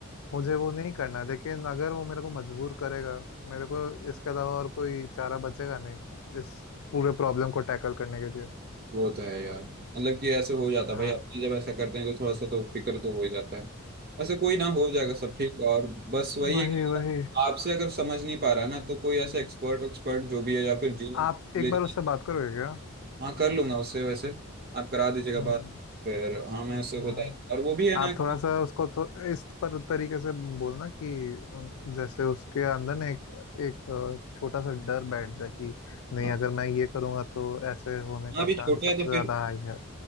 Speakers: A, on the left (about 70°); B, on the right (about 45°).
A: मुझे वो नहीं करना है लेकिन अगर वो मेरे को मजबूर करेगा मेरे को इसके अलावा और कोई चारा बचेगा नहीं इस पूरे प्रॉब्लम को टैकल करने के लिए
B: वो तो है यार मतलब कि ऐसे हो जाता है
A: हाँ
B: भाई अपने जब ऐसा करते हैं तो थोड़ा सा तो फिक्र तो हो ही जाता है ऐसे कोई ना हो जाएगा सब ठीक और बस वही
A: वही
B: है कि
A: वही
B: आपसे अगर समझ नहीं पा रहा है ना तो कोई ऐसे एक्सपर्ट एक्सपर्ट जो भी है या फिर जिम
A: आप एक
B: ले जाए
A: बार उससे बात करोगे क्या
B: हाँ कर लूंगा उससे वैसे आप करा दीजिएगा
A: हम्म
B: बात फिर हाँ मैं उससे
A: हाँ
B: बता और वो भी है ना
A: आप
B: कि
A: थोड़ा सा उसको तो इस पर तरीके से बोलना कि अम, जैसे उसके अंदर ना एक एक अ, छोटा सा डर बैठ जाए कि नहीं
B: हाँ
A: अगर मैं ये करूँगा तो ऐसे होने का
B: हाँ, अभी
A: चांस
B: छोटा
A: सबसे
B: है तो
A: ज़्यादा
B: फिर
A: हाई है